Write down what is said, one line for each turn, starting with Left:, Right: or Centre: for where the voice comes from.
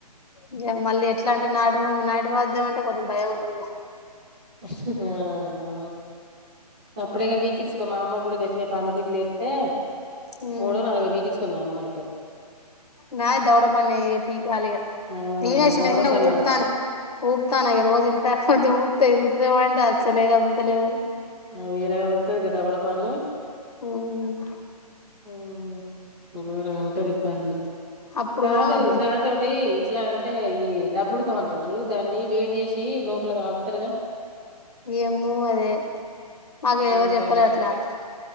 Left: ఇగ మళ్ళీ ఎట్లా అంటే నటూ నటూవైద్యం అంటే కొంచం భయం ఉంటదిగా
Centre: హా అవును సప్పుడేక పికిచ్చుకో మా అమ్మ గుడా గట్ నే పండ్లతీపి లేత్తే
Left: ఇగ
Centre: మూడో నాలుగో పీకిచ్చుకుంది అమ్మ అయితే
Left: నాయ్ దవడ పన్నే ఇగ పీకాలిగా
Centre: ఆ
Left: నీనే చినచినగా
Centre: దవడ పన్ను
Left: ఊప్తాన, ఊప్తాన ఇగ రోజు ఇంత కొంచం ఊప్ తెరుగుతదేమో అంటే, అస్సలే కదుల్తలేదు అది.
Centre: ఆ వేరేగా కదులుతది గా దవడ పన్నూ.
Left: ఉమ్మ్.
Centre: అవును గోరంగా ఉంటది ఇబ్బంది.
Left: అప్పుడు
Centre: కాదు
Left: మా బుడ్
Centre: దాంతోటీ, ఇట్లా అంటే, ఈ డబ్బుడుకం అంటారు జూడు, దాన్ని వేడి చేసి లోపల కాల్తరుగా.
Left: ఏమ్మో అదే. మాకెవరు
Centre: ఆ
Left: చెప్పలే అట్లా.